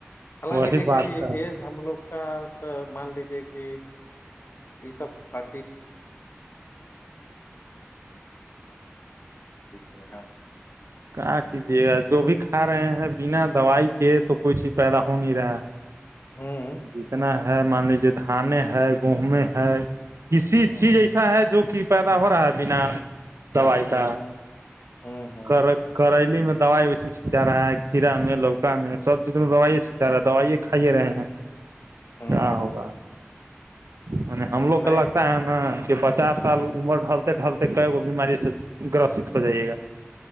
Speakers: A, on the left (about 55°); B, on the right (about 85°).
A: حالانکہ
B: وہی
A: دیکھینگے
B: بات ہے
A: ایک ہم لوگ کا تو مان لیجیے کہ <unintelligible> نہر
B: کا کیجے گا جو بھی کھا رہے ہیں بنا دوائی کے تو کوئی چیز پیدا ہو نہیں رہا ہے
A: ہوں
B: جتنا ہے مان لیجیے دھان ہے گیہوں ہے کسی چیز
A: ہ ہ
B: ایسا ہے جو کہ پیدا ہو رہا ہے بنا دعائے سا
A: ہوں ہ ہ
B: کر کریلی میں دوائی ویے چھیٹا جا رہا ہے کھیرا میں لوکا میں سب چیزوں میں دوائی چھیٹا جا رہا ہے دوائیے کھائیے رہے ہیں
A: ہ
B: کہ ہوگا م ہم لوگ
A: نہیں
B: کا لگتا ہے نا کہ پچاس سال
A: ہاں
B: امر ڈ ڈلتے کئے وہ بیماری سے گرست ہو جائیے گا